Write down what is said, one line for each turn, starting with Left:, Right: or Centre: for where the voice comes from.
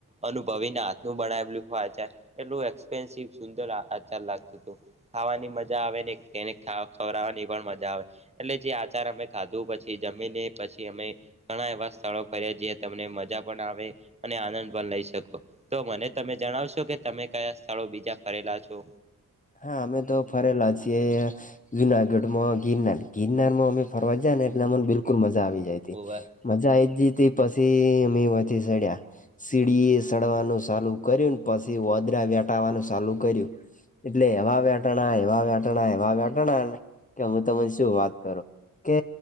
Right: અનુભવીને હાથનું બનાવેલું હોય. એટલું એક્સપેન્સિવ સુંદર આચાર લાગતું હતો. ખાવાની મજા આવે ને એને ખવડવાની પણ મજા આવે. એટલે જે આચાર અમે ખાધું પછી જમીન પછી અમે ઘણા એવા સ્થળો ફ્યા જે તમને મજા પણ આવે. અને આનંદ પણ લઈ શકો તો મને તમે જણાવશો કે તમે કયા સ્થળો બીજા ફરેલા છો?
Left: હા અમે તો ફરેલા છીએ. જુનાગઢમાં ગિરનાર. ગિરનાર માં અમે ફરવા જયા ને એટલે અમને બિલકુલ મજા આવી જાયતી.
Right: હા
Left: મજા આઈ જી ત પછી મ વતી સડ્યા સીડી એ સડવાનું ચાલુ કર્યું પછી વદરા વેટાવાનું ચાલુ કર્યું. એટલે એવા વેટાણા એવા વેટાણા એવા વેટાણા કે હું તને શું વાત કરો. કે